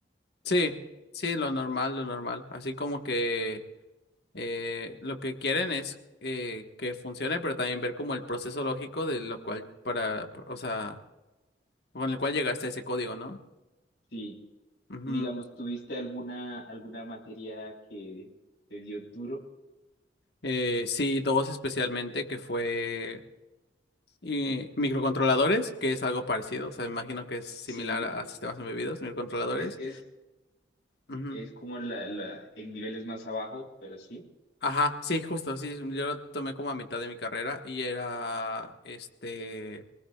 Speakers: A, on the left; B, on the left.
A: Sí, sí, lo normal, lo normal. Así como que eh, lo que quieren es eh, que funcione, pero también ver como el proceso lógico de lo cual para, o sea, con el cual llegaste a ese código, ¿no?
B: Sí.
A: Ujú.
B: Y digamos, ¿tuviste alguna, alguna materia que te dio duro?
A: Eh, sí, dos especialmente, que fue Y microcontroladores, que es algo parecido, o sea, imagino que es similar
B: Sí,
A: a sistemas embebidos, microcontroladores.
B: es, es,
A: Ujú.
B: es como la, la, en niveles más abajo, pero sí.
A: Ajá, sí, justo, sí, sí, yo lo tomé como a mitad de mi carrera y era, este,